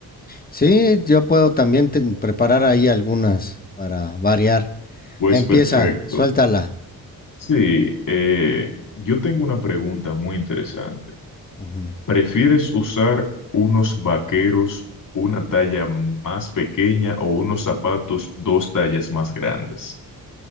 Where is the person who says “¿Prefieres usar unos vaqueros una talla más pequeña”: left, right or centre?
Left